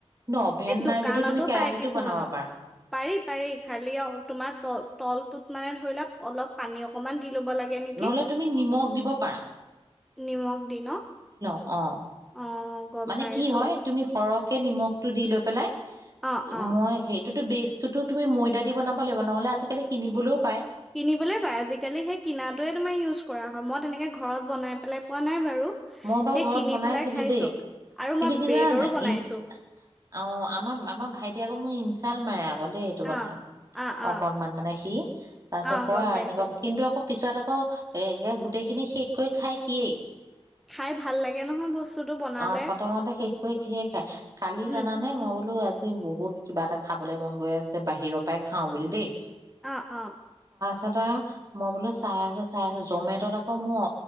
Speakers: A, on the right; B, in the centre.
A: অভেন
B: এই
A: নাই
B: দোকানতো
A: যদিও তুমি কেৰাহীটো
B: পায়, কিছুমানত
A: বনাব পাৰা
B: পাৰি-পাৰি খালি অ' তোমাৰ তল-তলটোত। মানে ধৰি ল' অলপ পানী অকমান দি ল'ব লাগে নেকি
A: নহলে তুমি নিমখ দিব পাৰা।
B: নিমখ দি ন',
A: অঁ',
B: অ গম
A: মানে
B: পাইছো
A: কি হয়, তুমি সৰহ তাকে, নিমখটো দি লৈ পেলাই
B: অ অ
A: মই সেইটো সেইটোটো বেষ্ট, তুমি ময়দা দি বনাব লাগিব। নহ'লে আজিকালি কিনিবলৈও পায়
B: কিনিবলৈও জালি-কালি সেই কিনাটো উচ কৰা হয়, মই তেনেকে ঘৰত বনাই পেলাই পোৱা নাই বাৰু।
A: মই বাৰু
B: সেই
A: ঘৰত
B: কিনি
A: বনাইছিলো
B: পেলাই খাইছো
A: দেই
B: আৰু
A: কিন্তু
B: মই
A: কি
B: ব্ৰেডৰো
A: জান ই
B: বনাইছো
A: অ' আমাৰ-আমাৰ, ভাইটি আকৌ মোৰ ই চাল ম আক দেই, এইটো কথা
B: অ অ অ
A: অকনমান মানে সি তাৰ পিছত
B: অ
A: কয়
B: গম
A: আৰু
B: পাইছো
A: এনেকুৱা কিন্তু আকৌ পিছত আকৌ এ গোটেইখিনি শেষকৈ খাই। সিয়েই,
B: খাই ভাল লাগে নহয় বস্তুটো বনালে
A: অ' প্ৰতমতে শেষ কৰি সিয়েই খাই। কালি
B: উম
A: জানানে মই বোলো, আজি বহুত কিবা এটা খাবলৈ মন গৈ আছে, বাহিৰৰ পৰাই খাওঁ বুলি দেই।
B: অ-অ,
A: তাপিছত আৰু মই বোলো চাই আছো, চাই আছো, জমেটত আকৌ মোৰ